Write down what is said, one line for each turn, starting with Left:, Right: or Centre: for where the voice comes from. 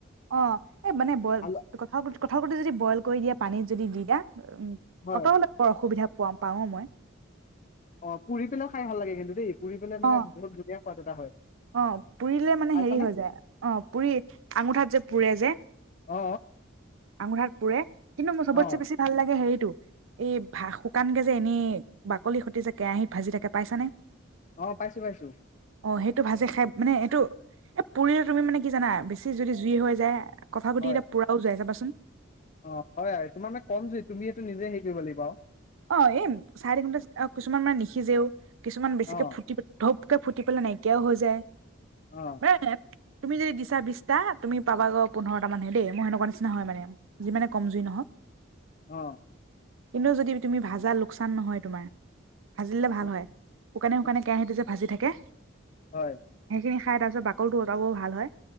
Right: অ এই মানে বইল
Left: আলু
Right: ক কঠাল গুটি যদি বইল। কৰি দিয়া পানীত যদি দি দিয়া। উম
Left: হয়
Right: অটও নাপাওঁ অসুবিধা। প পাওঁ মই
Left: অ পুৰি পেলাইও খাই ভাল লাগে কিন্তু দেই। পুৰি পেলাই মানে
Right: অ
Left: বহুত ধুনীয়া সোৱাদ এটা হয়।
Right: অ পুৰিলে মানে
Left: পাইছানে
Right: হেৰি হৈ যায় অ পুৰি আঙুঠাত যে পুৰে যে।
Left: অ
Right: আঙুঠাত পুৰে। কিন্তু চবতছে
Left: অ
Right: বেছি ভাল লাগে হেৰি। টো এই ভা শুকান কে যে এনেই বাকলি সতি যে কেৰাহিত ভাজি থাকে পাইছানে।
Left: অ পাইছোঁ পাইছোঁ।
Right: অ সেই টো ভাজে খাই মানে এইটো এ পুৰিলে তুমি মানে কি জানা বেছি যদি জুই হৈ যায়। কঠাঁল গুটি
Left: হয়
Right: কিটা পুৰাও যাই যাবাচোন।
Left: অ হয় তোমাৰ মানে কম জুই তুমি সিটো নিজে হেৰি কৰিব লাগিব আও।
Right: অ এম চাৰি ঘণ্টা কিছুমান মানে নিশিজেও কিছুমান বেছিকে
Left: অ
Right: ফুটি ধপকে ফুটি পেলাই নাইকিয়াও হৈ যায়।
Left: অ
Right: <unintelligible> তুমি যদি দিছা বিশটা তুমি পাবা আ পোন্ধৰটা মান হে দেই মই সেনেকুৱা নিচিনা হয় মানে যিমানে কম জুই নহওঁক।
Left: অ।
Right: ইনো যদি। তুমি ভাজা লোকচান নহয় তোমাৰ। ভাজি দিলে ভাল
Left: অ
Right: হয়, শুকানে শুকানে
Left: অ
Right: কেৰাহীটো যে ভাজি থাকে।।
Left: হয়।
Right: সেইখিনি খাই তাৰ পিছত বাকল টো অতৰাবও ভাল হয়।